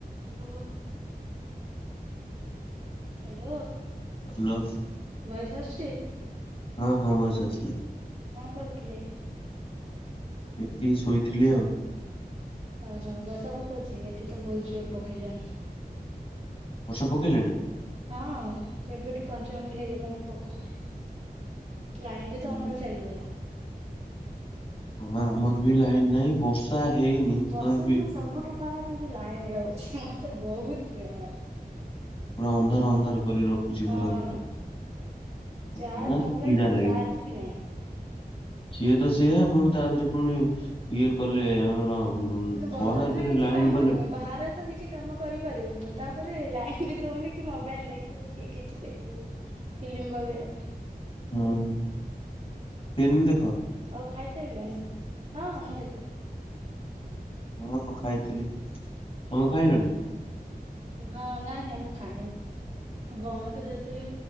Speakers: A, on the right; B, on the left.
A: ଏ ଯୋଉ hello
B: hello
A: voice ଆସଚି?
B: ହଁ ହଁ ଭଏସ ଆସିଲା।
A: କଣ କରୁଥିଲେ?
B: ଏମିତି ଶୋଇଥିଲି ଆଉ।
A: ଓହୋ ବର୍ଷା ପକଉଛି ଏଠି ତ ବହୁତ ଜୋର ପକେଇଲାଣି।
B: ବର୍ଷା ପକେଇଲାଣି?
A: ହଁ କେବେଠୁ ପାଞ୍ଚ ମିନିଟ୍ ହେଇଗଲାଣି ପକଉଛି। ଲାଇନ୍ ବି ତ
B: ଉଁ,
A: ଆମର ଚାଲିଗଲା।
B: ହ ଆମର ବି ଲାଇନ ନାହିଁ ବର୍ଷା ହେଇନି
A: ବର୍ଷା
B: ତ ବି।
A: ଦିନ ସବୁଠୁ ଖରାପ ହେଇ ଯେ ଲାଇନ ଯାଉଛି ମତେ ବହୁତ ଚିଡ ମାଡୁଚି।
B: ପୁରା ଅନ୍ଧାର ଅନ୍ଧାର କରି ରଖୁ ଚି
A: ହଁ
B: ଘର ଭିତରେ
A: ଚାର୍ଜ
B: ଭାରି
A: ମୋବାଇଲରେ
B: ଚିଡ଼ା ଲାଗେ।
A: ଚାର୍ଜ ବି ନାହିଁ।
B: ସିଏତସିଏ ପୁଣି ତା ଦେହରେ ପୁଣି ଇଏ କଲେ ଆମର ଉଁ,
A: ମାନେ ବର୍ଷ
B: ଖରା
A: ଦିନେ କିଛି
B: ଲାଇନ
A: କାମ
B: ଗଲେ
A: ନୁହେଁ ବାହାରେ ତ କିଛି କାମ କରିପାରିବନି ତାପରେ ଲାଇନ ବି ଦଉନି କି ମୋବାଇଲ ଦେଖିବୁ କି କିଛି ଦେଖିବୁ ଫିଲ୍ମ ବଗେରା।
B: ହୁଁ ହୁଁ ଫିଲ୍ମ ଦେଖ?
A: ଆଉ ଖାଇସାରିଲେଣି ହଁ ମୁଁ ଦେଖେ।
B: ହଁ ହଁ ଖାଇଥିଲି ତମେ ଖାଇଲଣି?
A: ହଁ ନାଇଁ ନାଇଁ ମୁଁ ଖାଇନି ଭଉଣୀକୁ ଦେଇଥିଲି।